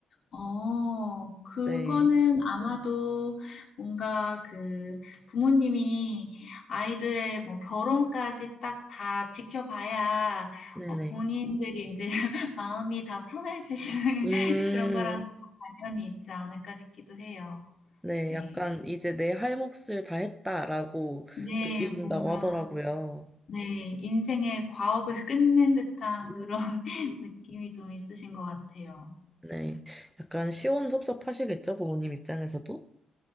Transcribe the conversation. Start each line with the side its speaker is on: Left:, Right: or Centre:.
Left: 어, 그거는
Centre: 네.
Left: 아마도 뭔가 그 부모님이 아이들의 뭐 결혼까지 딱 다 지켜봐야
Centre: 네네.
Left: 어, 본인들이 이제 <laughs> 마음이 다 편해지시는
Centre: 음,
Left: <laughs> 그런 거랑 조금 관련이 있지 않을까 싶기도 해요.
Centre: 네.
Left: 네.
Centre: 약간 이제 내 할 몫을 다 했다라고
Left: 네,
Centre: 느끼신다고
Left: 뭔가
Centre: 하더라고요.
Left: 네, 인생의 과업을 <laughs> 끝낸 듯한
Centre: 음,
Left: 그런 <laughs> 느낌이 좀 있으신 것 같아요.
Centre: 네. 약간 시원섭섭하시겠죠? 부모님 입장에서도?